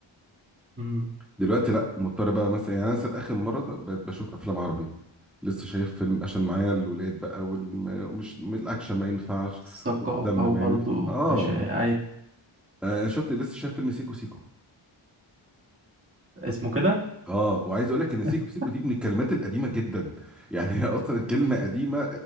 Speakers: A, on the right (about 25°); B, in the centre.
A: مم.
B: دلوقتي لا مضطر بقى مثلا يعني أنا مثلا اخر مره بقيت بشوف افلام عربي لسه شايف فيلم عشان معايا الولاد بقى والم- ومش الاكشن ما ينفعش
A: الثقافة
B: والدم
A: وبرضو
B: ما ينفعش اه
A: مش أي
B: آه، شفت لسه شايف فيلم سيكو سيكو
A: اسمه كده
B: اه وعايز اقول لك ان سيكو
A: <laughs>
B: سيكو دي من الكلمات القديمه جدا يعني <laughs> هي اصلا كلمه قديمه